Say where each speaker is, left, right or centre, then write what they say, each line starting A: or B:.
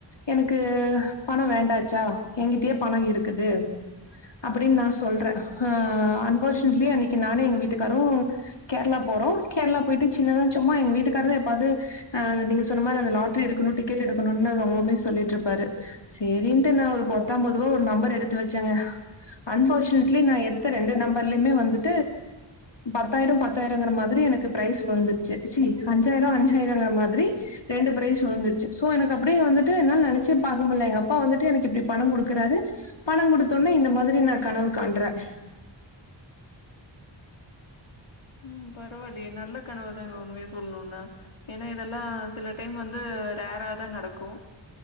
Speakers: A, on the left; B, on the left.
A: எனக்கு பணம் வேண்டாச்சா எங்கிட்டயே பணம் இருக்குது அப்படின்னு நான் சொல்றேன் அன்பார்ஷ்னேட்ழி அன்னிக்கி நானும் எங்க வீட்டுக்காரும் கேரளா போறோம் கேரளா போயிட்டு சின்னத சும்மா எங்க வீட்டுக்காரங்க சொன்னிந்த லாட்டரி எடுக்கணும் டிக்கெட் எடுக்கணும் ரொம்பே சொல்லிட்டு இருப்பாரு சரின்ட்டு நான் ஒரு பத்தம்பதுவா ஒரு நம்பர் எடுத்து வச்சேங்க அன்பார்னேட்ழி எடுத்த ரெண்டு நம்பர் வந்து பத்தாயிரம் பத்தாயிரங்கற மாதிரி எனக்கு பி சுழுந்துருச்சு சி அஞ்சாயிரம் அஞ்சாயிரம்ங்கிற மாதிரி ரெண்டு ப்ஃறைஸ் விழுந்துருச்சு சோ எனக்கு அப்படியே வந்துட்டு என்னால நினைச்சே பாக்க முடியில எங்க அப்பா வந்துட்டு எனக்கு எப்படி பணம் கொடுக்குறாரு பணம் கொடுத்தோனே இந்த மாதிரி நான் கனவு காண்றேன்
B: உம் பரவாயிலயே நல்ல கனவுதான்ங்க உண்மே சொல்லணும்னா ஏன்னா இதெல்லாம் சில டைம் வந்து ரேரா தான் நடக்கும்